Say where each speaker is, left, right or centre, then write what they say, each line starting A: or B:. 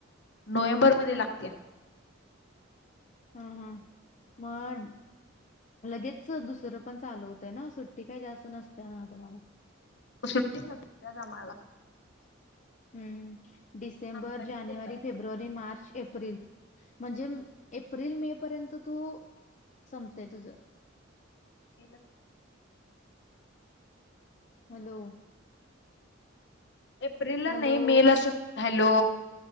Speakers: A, on the left (about 60°); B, on the left (about 35°).
A: नोव्हेंबर मध्ये लागत्या.
B: हा हा मग लगेच दुसरं पण चालू होतय ना. सुट्टी काय जास्त नसत ना तुम्हांला?
A: सुट्टी नसत्याच आम्हांला.
B: <unintelligible> हुं डिसेंबर,
A: आमचा
B: जानेवारी,
A: मी घेतला
B: फेब्रुवारी, मार्च, एप्रिल. म्हणजे एप्रिल मे पर्यंत तू संपतय तुझं
A: केलं <unintelligible>
B: हॅलो.
A: एप्रिल ला
B: हॅलो
A: नाही मे ला सपतय हॅलो.